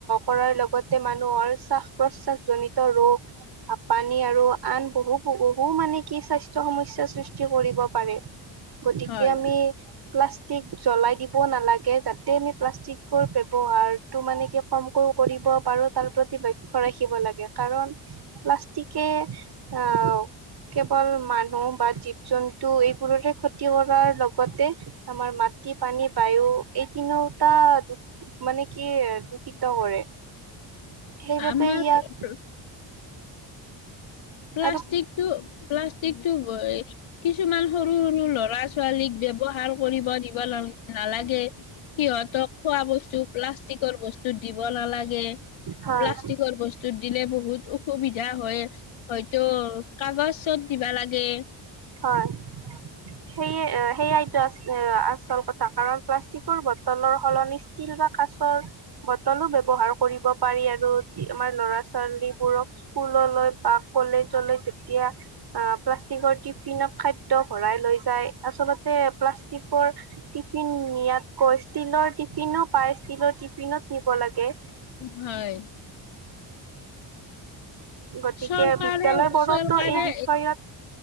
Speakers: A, on the right; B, on the left.
A: কৰাৰ লগত আতে মানুহ চো প্ৰশ্বাসজনিত ৰোগ হাপানী আৰু আন বহু বহু মানে কি স্বাস্থ্য সমস্যা সৃষ্টি কৰিব পাৰে গতিকে
B: হয়
A: আমি প্লাষ্টিক জ্বলাই দিব নালাগে যাতে আমি প্লাষ্টিকৰ ব্যৱহাৰটো মানে কি কমকে কৰিব পাৰো তাৰ প্ৰতিক্ষ ৰাখিব লাগে কাৰণ প্লাষ্টিকে আহ কেৱল মানুহ বা জীৱ জন্তু এইবোৰৰে ক্ষতি কৰাৰ লগতে আমাৰ মা খেতি পানী বায়ু এই তিনিওটা মানে কি দূষিত কৰে সেইবাবে
B: আমাৰ
A: ইয়াক <inaudible>
B: প্লাষ্টিকটো
A: আৰু
B: প্লাষ্টিকটো কিছুমান সৰু সৰু ল'ৰা ছোৱালীক ব্যৱহাৰ কৰিব দিব নালাগে সিহঁতক খোৱা বস্তু প্লাষ্টিকৰ বস্তু দিব নালাগে
A: হয়
B: প্লাষ্টিকৰ বস্তুত দিলে বহুত অসুবিধা হয় হয়তো কাগজ চত দিবা লাগে
A: হয় <inaudible> সেয়ে সেইয়াইটো আ আচল কথা কাৰণ প্লাষ্টিকৰ বটলৰ সলনি ষ্টীল বা কা বোটোল ব্যৱহাৰ কৰিব পাৰি আৰু আমাৰ লৰা ছোৱালী স্কুল <unintelligible> টিফিনত খাদ্য ভৰাই লৈ যায় আচলতে প্লাষ্টিকৰ টিফিন নিয়াতকৈ ষ্টীলৰ টিফিনো পাই ষ্টীলৰ টিফিনত নিব লাগে
B: হয়
A: গতিকে
B: চৰকাৰে
A: বিদ্যালয়বোৰতো
B: চৰকাৰে
A: এই বিষয়ত